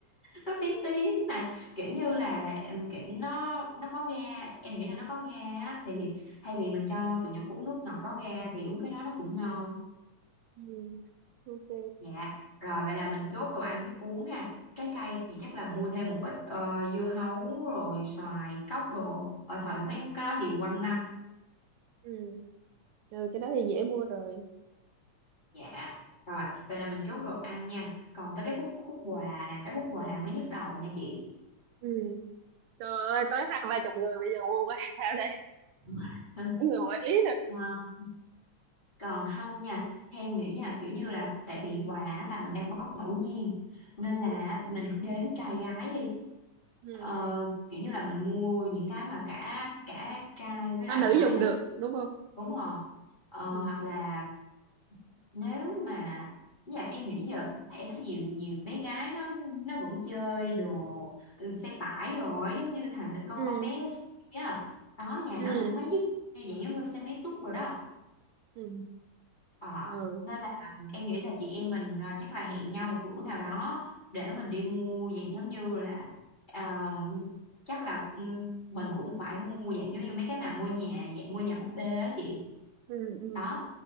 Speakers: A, on the left; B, on the right.
A: nó tím tím mà kiểu như là em kiểu nó nó có ga em nghĩ là nó có ga á, thì thay vì mình cho tụi nhỏ uống nước ngọt có ga thì uống cái đó nó cũng ngon
B: ừ <laughs> ok
A: dạ rồi vậy là mình chốt đồ ăn thức uống ha trái cây thì chắc là mua thêm một ít ờ, dưa hấu rồi xoài cóc đồ ở thời mấy cái đó thì quanh năm
B: ừ ừ cái đó thì dễ mua rồi
A: dạ rồi vậy là mình chốt đồ ăn nha còn tới cái phút khúc quà nè cái khúc quà mới nhức đầu nha chị
B: ừ trời ơi tới hai ba chục người bây giờ mua quá <laughs> sao đây
A: <laughs>
B: mỗi người mỗi ý
A: Ờ, còn không nha em nghĩ nha kiểu như là tại vì quà á, là mình đang bóc ngẫu nhiên nên là
B: ừ,
A: mình cứ đếm trai gái đi
B: ừ.
A: ờ, kiểu như là mình mua những cái mà cả cả trai với lại
B: nam nữ
A: gái
B: dùng
A: nó
B: được đúng không
A: đúng rồi ờ,
B: ừ
A: hoặc là nếu mà dạ em nghĩ giờ em thấy nhiều nhiều bé gái nó nó vẫn chơi đồ ừ, xe tải đồ ấy, giống như thằng con
B: ừ
A: con bé á đó nhà
B: ừ
A: nó cũng mấy chiếc dạng giống như xe máy xúc rồi đó
B: ừ
A: Ờ,
B: ừ
A: nên là em nghĩ là chị em mình à, chắc là hẹn nhau một bữa nào đó để mình đi mua dạng giống như là ờ, chắc là ừm, mình cũng phải mua dạng giống như mấy cái mà ngôi nhà dạng ngôi nhà búp bê á chị
B: ừ ừ
A: đó